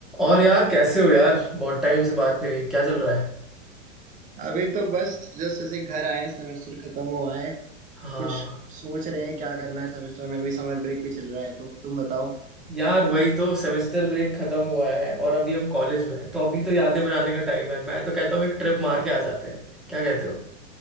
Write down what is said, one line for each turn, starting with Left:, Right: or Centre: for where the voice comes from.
Centre: और यार कैसे हो यार बहुत टाइम से बात नहीं हुई क्या चल रहा है
Right: अभी तो बस जस्ट ऐसे ही घर आए हैं सेमेस्टर खत्म हुआ है
Centre: हाँ
Right: कुछ सोच रहे हैं क्या करना है सेमेस्टर में भी समर ब्रेक भी चल रहा है तो तुम बताओ
Centre: यार वही तो सेमेस्टर ब्रेक खत्म हुआ है और अभी हम कॉलेज में हैं तो अभी तो यादें बनाने का टाइम है मैं तो कहता हूँ एक ट्रिप मार के आ जाते हैं क्या कहते हो